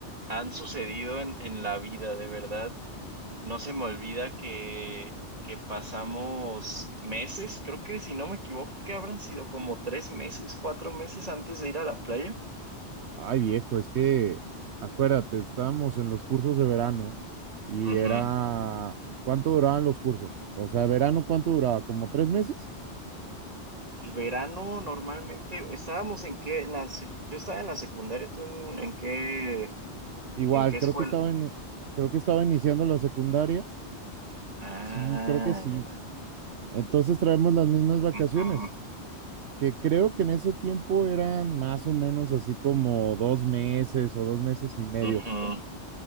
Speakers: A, on the right (about 35°); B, on the right (about 70°).
A: han sucedido en, en la vida, de verdad. No se me olvida que, que pasamos meses, creo que si no me equivoco, que habrán sido como tres meses, cuatro meses antes de ir a la playa.
B: Ay, viejo, es que acuérdate, estábamos en los cursos de verano y
A: Ujú.
B: era, ¿cuánto duraban los cursos? O sea, verano, ¿cuánto duraba? ¿Como tres meses?
A: El verano normalmente estábamos en qué, en la sec- yo estaba en la secundaria, ¿tú en, en qué,
B: Igual,
A: en qué escuela?
B: creo que estaba en, creo que estaba iniciando la secundaria.
A: Ah,
B: Sí, creo que sí.
A: ya.
B: Entonces traemos las mismas vacaciones,
A: Ujú.
B: que creo que en ese tiempo eran más o menos así como dos meses o dos meses y medio,
A: Ujú.